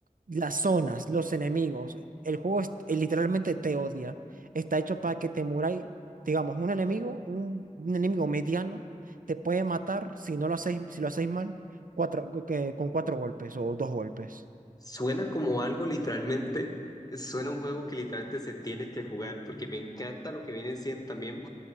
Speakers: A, on the right; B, on the left.
A: las zonas, los enemigos, el juego es- eh, literalmente te odia. Está hecho para que te muráis, digamos, un enemigo, un, un enemigo mediano, te puede matar si no lo hacéis, si lo hacéis mal, cuatro, que- con cuatro golpes o dos golpes.
B: Suena como algo literalmente, suena un juego que literalmente se tiene que jugar, porque me encanta lo que viene siendo también,